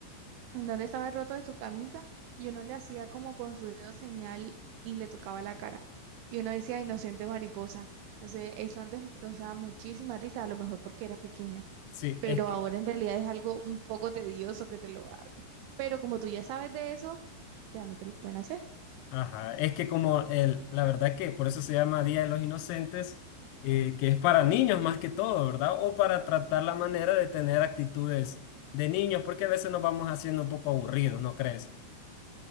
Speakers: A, on the right; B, on the left.
A: en donde estaba el roto de su camisa y uno le hacía como con su dedo señal y le tocaba la cara. Y uno decía, inocente mariposa. Entonces, eso antes me causaba muchísima risa, a lo mejor porque era pequeña,
B: Sí,
A: pero
B: es que
A: ahora en realidad es algo un poco tedioso que te lo hagan. Pero como tú ya sabes de eso, ya no te lo pueden hacer.
B: Ajá, es que como el, la verdad que por eso se llama Día de los Inocentes, eh, que es para niños más que todo, ¿verdad? O para tratar la manera de tener actitudes de niños, porque a veces nos vamos haciendo un poco aburridos, ¿no crees?